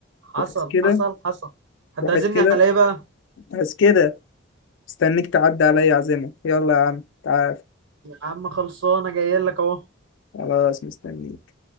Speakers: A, on the right; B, on the left.
A: حصل
B: وحس كده
A: حصل حصل هتعزمني
B: وحس كده
A: على ايه بقى
B: وحس كده مستنيك تعدي عليا عزيمة يلا يا عم تعال
A: يا عم خلصانه جاي لك اهو
B: خلاص مستنيك